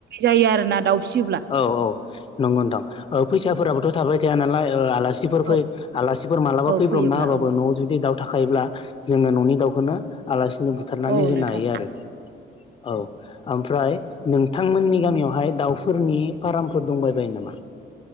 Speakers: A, on the right; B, on the left.
A: जायो आरो ना दाउ फिसियोब्ला
B: औ औ नंगौ दां फैसाफोराबोथ' थाबाय थाया नालाय ओ आला आलासिफोर फै
A: औ
B: आलासिफोर मालाबा
A: औ
B: फैब्रबना
A: फैयोब्ला
B: होबाबो
A: औ
B: न'आव जुदि दाउ थाखायोब्ला जोङो न'नि दाउखौनो आलासिनो बुथारनानै
A: औ
B: होनो
A: नोंथां
B: हायो आरो औ ओमफ्राय नोंथांमोननि गामियावहाय दाउफोरनि फार्मफोर दंबायबायो नामा